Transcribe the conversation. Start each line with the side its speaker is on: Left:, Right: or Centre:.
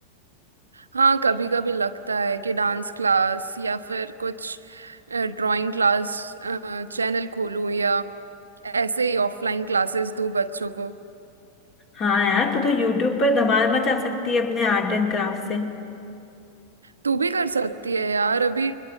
Right: हाँ कभी कभी लगता है कि डांस क्लास या फिर कुछ ड्राइंग क्लास चैनल खोलूँ या ऐसे ही ऑफलाइन क्लासेस दूँ बच्चों को
Left: हाँ यार तू तो यूट्यूब पर धमाल मचा सकती है अपने आर्ट एंड क्राफ्ट से
Right: तू भी कर सकती है यार अभी